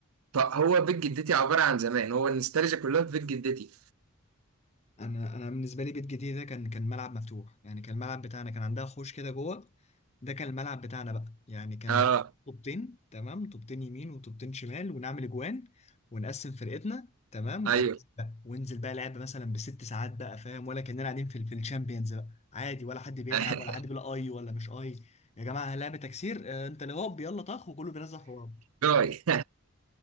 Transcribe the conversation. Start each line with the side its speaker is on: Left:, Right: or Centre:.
Right: فهو بيت جدتي عبارة عن زمان هو النوستالجيا كلها في بيت جدتي
Left: انا انا بالنسبه لي بيت جديد ده كان كان ملعب مفتوح يعني كان الملعب بتاعنا كان عندها حوش كده جوه ده كان الملعب بتاعنا بقى يعني كان
Right: اه
Left: طوبتين تمام طوبتين يمين وطوبتين شمال ونعمل اجوان ونقسم فرقتنا تمام وننزل
Right: ايوه
Left: بقى وننزل بقى لعب مثلا بست ساعات بقى فاهم ولا كاننا قاعدين في ال- في الشامبيونز بقى عادي ولا حد بيتعب
Right: <laughs>
Left: ولا حد بيقول اي ولا مش اي يا جماعه لعبه تكسير آه، انت اللي هوب يلا طخ وكله بينزل في بعض
Right: جاي